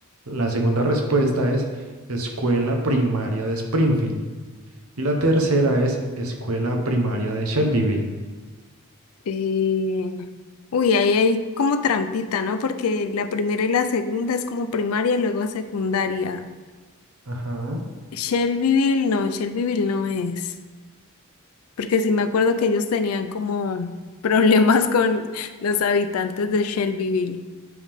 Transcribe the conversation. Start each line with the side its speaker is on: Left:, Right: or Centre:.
Right: La segunda respuesta es escuela primaria de Springfield. Y la tercera es escuela primaria de Shelbyville.
Left: eh, Uy, ahí hay como trampita, ¿no? Porque la primera y la segunda es como primaria y luego secundaria.
Right: Ajá.
Left: Shelbyville no, Shelbyville no es. Porque sí me acuerdo que ellos tenían como problemas con los habitantes de Shelbyville.